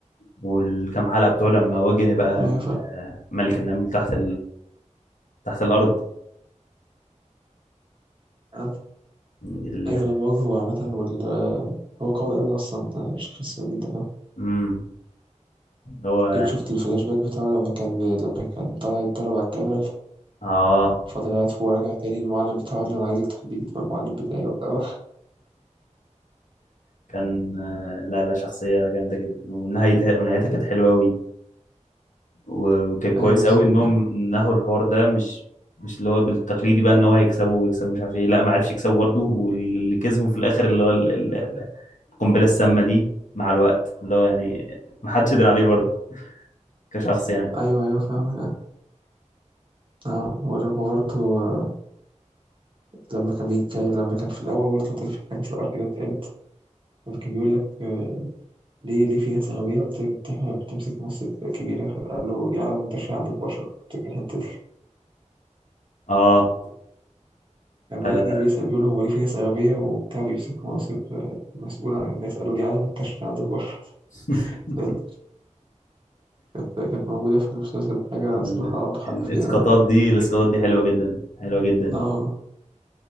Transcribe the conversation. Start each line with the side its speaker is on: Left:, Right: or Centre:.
Left: والكام حلقه بتوع لما واجه بقى
Right: أيوة
Left: ال-
Right: فاهم
Left: آه، ملك النمل تحت تحت الارض
Right: آه.
Left: ال...
Right: أيوة لما واجهه عامة وال هو قوي أوي أصلا ده الشخص ده فاهم
Left: امم اللي هو
Right: جيت شفت الفلاش باك بتاعه لما كان لما كان طالع يتدرب على الجبل
Left: اه
Right: فضل قاعد فوق ورجع تاني المعلم بتاعه قال له أنا عايزك تخليك تبقى المعلم بتاعي <laughs> وبتاع
Left: كان آه، لا لا شخصيه جامده جدا ونهايتها ونهايتها كانت حلوه قوي وكان كويس
Right: أيوة بالظبط
Left: قوي انهم نهوا الحوار ده مش مش اللي هو بالتقليدي بقى ان هو هيكسبه ويكسبه مش عارف ايه لا ما عرفش يكسبه برضه واللي كسبه في الاخر اللي هو ال- ال- ال- القنبله السامه دي مع الوقت اللي هو يعني ما حدش قدر عليه برضه كشخص يعني
Right: أيوة أيوة فاهمك اه آه، ولما برضه آه، لما كان بيجي لما كان في الأول برضه كان في حاجة في الأرك ده اتقالت لما كان بيقول لك آه، ليه ليه في ناس أغبياء بت- بت- بتمسك مناصب كبيرة فقال له دي عادة منتشرة عند البشر افتكر الحتة دي
Left: اه
Right: لما
Left: لا
Right: الملك
Left: لا لا
Right: نال بيسأل بيقول له هو ليه في ناس أغبياء وبتاع بيمسكوا مناصب آه، مسؤول عن الناس قالوا دي عادة منتشرة عند البشر
Left: <laughs>
Right: <laughs> فاهم؟ كانت كانت موجودة في المسلسل حاجة
Left: ال-
Right: صراحة عنده حق
Left: الاسقاطات
Right: فيها أوي
Left: دي الاسقاطات دي حلوه جدا حلوه جدا
Right: لا